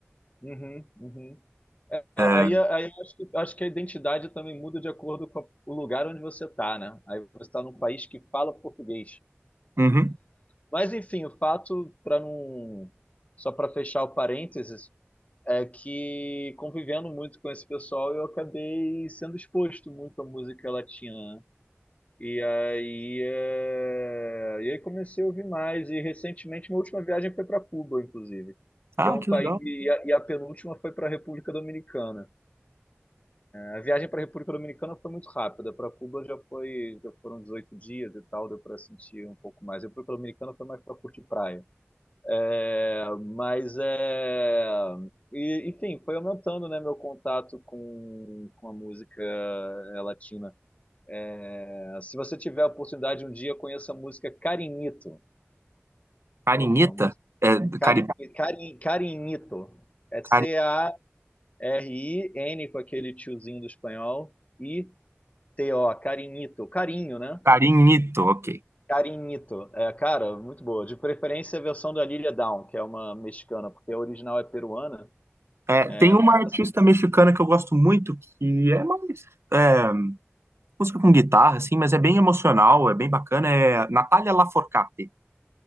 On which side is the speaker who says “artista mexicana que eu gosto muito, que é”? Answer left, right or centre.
Right